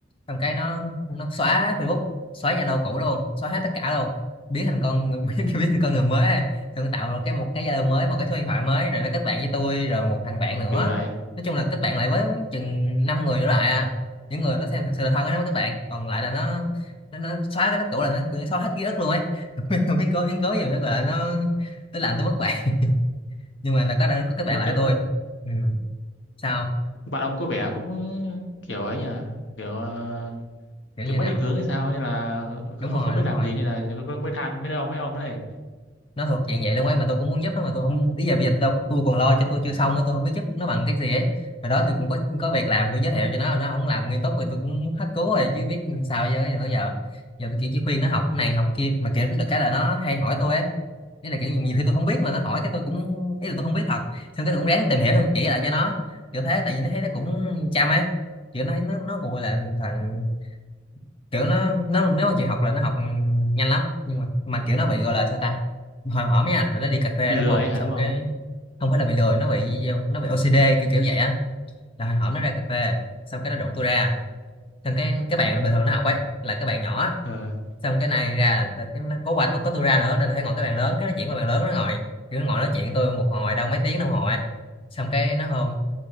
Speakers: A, on the left; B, on the left.
A: xong cái nó nó xóa Facebook xóa Zalo cũ luôn xóa hết tất cả luôn biến thành con người <laughs> biến, biến thành con người mới á. xong nó tạo ra cái một cái Zalo mới một cái số điện thoại mới rồi nó kết bạn với tôi rồi một thằng bạn
B: ủa
A: nữa
B: kỳ vậy
A: nói chung là kết bạn lại với, với chừng năm người trở lại à những người nó xem thật sự là thân á, nó mới kết bạn còn lại là nó nó, nó xóa cái đó cũ là nó, cứ xóa hết ký ức luôn ấy <laughs> không biến cố biến cố gì nữa gọi là nó nó làm tôi mất bạn nhưng mà là có có kết bạn
B: thế,
A: lại
B: thế bạn
A: với tôi ừ. sao
B: bạn ông có vẻ cũng kiểu ấy nhỉ kiểu ờ,
A: kiểu
B: kiểu
A: như
B: mất
A: nào
B: định hướng hay sao nên là
A: đúng
B: không
A: rồi
B: không biết
A: đúng
B: làm
A: rồi
B: gì nên là mới than với ông với ông đấy
A: nó thuộc dạng vậy luôn ấy mà tôi cũng muốn giúp nó mà tôi không bây giờ bây giờ tôi, tôi còn lo cho tôi chưa xong á tôi không biết giúp nó bằng cái gì ấy hồi đó tôi cũng có có việc làm tôi giới thiệu cho nó nó không làm nghiêm túc rồi tôi cũng hết cứu rồi chứ biết sao giờ giờ giờ giờ tôi kiểu chỉ khuyên nó học cái này học kia mà kiểu cũng được cái là nó hay hỏi tôi ấy ý là kiểu nhiều khi tôi không biết mà nó hỏi cái tôi cũng ý là tôi không biết thật xong cái tôi cũng ráng tìm hiểu xong chỉ lại cho nó kiểu thế tại vì nó thấy nó cũng chăm ấy kiểu nó thấy nó nó gọi là thằng kiểu nó nó nếu mà chịu học là nó học nhanh lắm nhưng mà mà kiểu nó bị gọi là sao ta hồi hổm nha là nó đi cà phê
B: bị
A: đúng
B: lừa
A: không
B: ấy hả
A: xong
B: đúng không
A: cái không phải
B: ờ
A: là bị lười nó bị nó bị OCD kiểu kiểu vậy á là hồi hổm nó ra cà phê xong cái nó rủ tôi ra xong cái cái bạn bình thường nó học ấy là cái bạn nhỏ
B: ờ
A: xong cái này ra là t- cái nó- có quà tôi có tôi ra nữa nên là phải ngồi cái bàn lớn cái nó chuyển qua bàn lớn nó ngồi kiểu nó ngồi nói chuyện tôi một hồi đâu mấy tiếng đồng hồ ấy. xong cái nó hôn